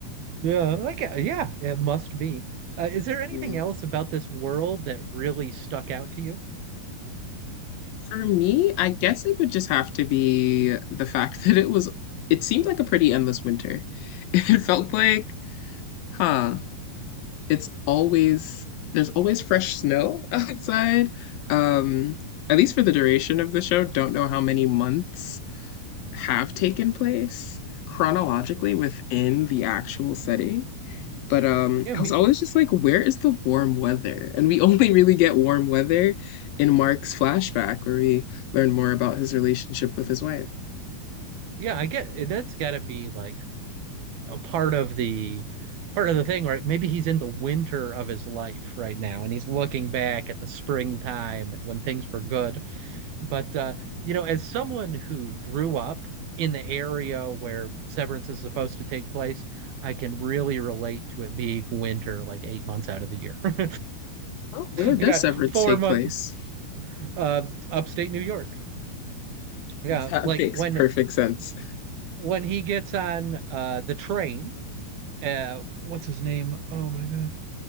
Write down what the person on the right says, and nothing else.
like uh, yeah, it must be. Uh, is there anything
else about this world that really stuck out to you?
Yeah,
me
Yeah, I get it. That's got to be like a part of the part of the thing, right? Maybe he's in the winter of his life right now, and he's looking back at the springtime and when things were good. But uh, you know, as someone who grew up in the area where Severance is supposed to take place, I can really relate to it being winter, like eight months out of the year. <laughs>
We got
four
months
uh, upstate New York. Yeah,
like
when
when he gets on uh, the train uh what's his name? Oh my god.